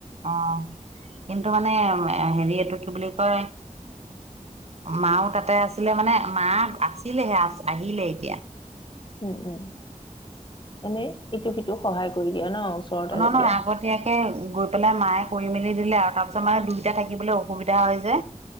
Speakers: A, on the right (about 55°); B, on the left (about 35°).
A: অ কিন্তু মানে অ, হেৰি এইটো কি বুলি কয়, মাও তাতে আছিলে মানে মা আছিলেহে আহিলে এতিয়া।
B: উম, উম। এনে ইটো সি তোক সহায় কৰি দিয়ে ন। ওচৰতে
A: ন নহয়
B: যেতিয়া
A: আগতীয়াকে গ বোলে মায়ে কৰি মেলি দিলে আৰু তা মানে দুইটা থাকিবলে অসুবিধা হয় যে।